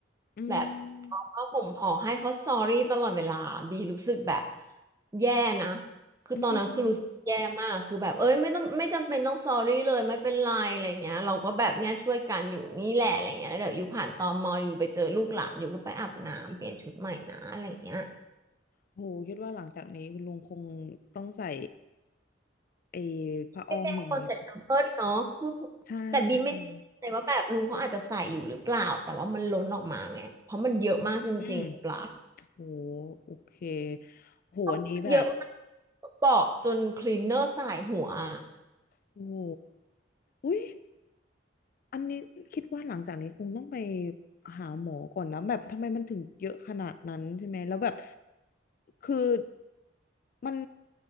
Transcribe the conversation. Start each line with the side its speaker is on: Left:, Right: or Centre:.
Left: อืม
Right: แบบเอาผ้าห่มห่อให้เขา sorry ตลอดเวลาบีรู้สึกแบบแย่นะคือตอนนั้นคือรู้สึกแย่มากคือแบบเอ้ยไม่ต้องไม่จำเป็นต้อง
Left: อืม
Right: sorry เลยไม่เป็นไรอะไรเงี้ยเราก็แบบเนี้ยช่วยกันอยู่นี่แหละอะไรเงี้ยแล้วเดี๋ยวอยู่ผ่านตมอยู่ไปเจอลูกหลานอยู่ก็ไปอาบน้ำเปลี่ยนชุดใหม่นะอะไรเงี้ย
Left: โหคิดว่าหลังจากนี้คุณลุงคงต้องใส่ไอ้ผ้าอ้อมอะไรอย่างเงี้ย
Right: เป็นบางคนใส่แพมเพิร์สเนาะ
Left: ใช่ใช่
Right: แต่บีไม่แน่ใจว่าแบบลุงเขาอาจจะใส่อยู่หรือเปล่าแต่ว่ามันล้นออกมาไง เพราะมันเยอะมากจริงๆหรือเปล่า
Left: อืมโหโอเคโหอันนี้แบบ
Right: เพราะมันเยอะมากเปาะจนคลีนเนอร์สายหัวอะ
Left: โอ้โหอุ้ยอันนี้คิดว่าหลังจากนี้คงต้องไปหาหมอก่อนนะแบบทำไมมันถึงเยอะขนาดนั้นใช่ไหมแล้วแบบคือมัน